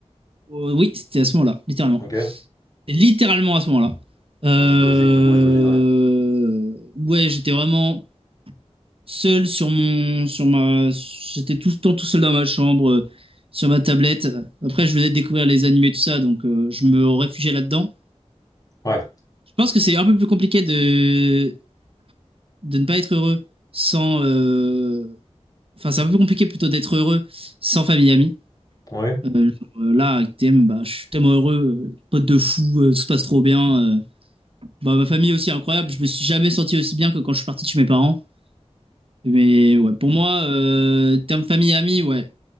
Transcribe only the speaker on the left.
Ok.
Hmm, Logique du coup, j'imagine, ouais.
Ouais.
Ouais.